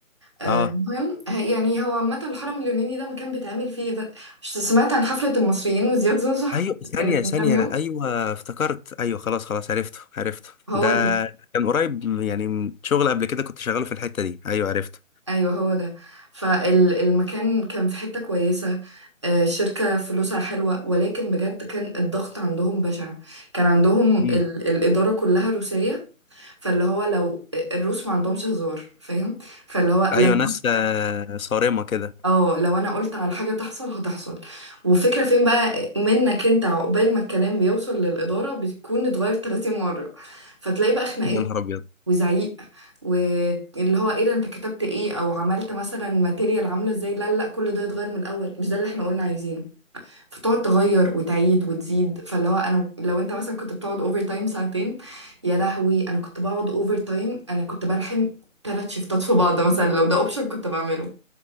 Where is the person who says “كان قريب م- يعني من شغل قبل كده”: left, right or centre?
Left